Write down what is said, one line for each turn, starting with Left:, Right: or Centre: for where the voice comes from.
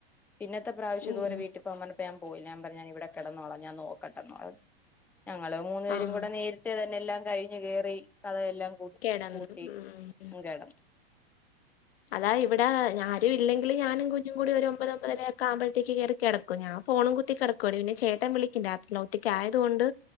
Centre: പിന്നത്തെ പ്രാവശ്യം
Left: ഉം
Centre: ഇതുപോലെ വീട്ടിപ്പോവാൻ പർഞ്ഞപ്പോ ഞാൻ പോയില്ല ഞാൻ പറഞ്ഞ് ഞാൻ ഇവിടെ കെടന്നോളാം ഞാൻ നോക്കട്ടെന്നറഞ്ഞ് ഞങ്ങള് മൂന്നു പേരും
Left: ആഹ്
Centre: കൂടെ നേരത്തെ തന്നെ എല്ലാം കഴിഞ്ഞ് കേറി കതകെല്ലാം പൂ
Left: കിടന്നു
Centre: പൂട്ടി
Left: ഉം ഉം.
Centre: അങ്ങ് കെടന്ന്.
Left: അതാ ഇവിടെ ആരും ഇല്ലെങ്കില് ഞാനും കുഞ്ഞും കൂടി ഒരു ഒമ്പത് ഒമ്പതരയൊക്കെ ആമ്പഴ്ത്തേക്ക് കേറി കെടക്കും. ഞാ ഫോണും കുത്തിക്കെടക്കുവെടി. പിന്നെ ചേട്ടൻ വിളിക്കും രാത്രില് ഒറ്റക്ക് ആയത് കൊണ്ട്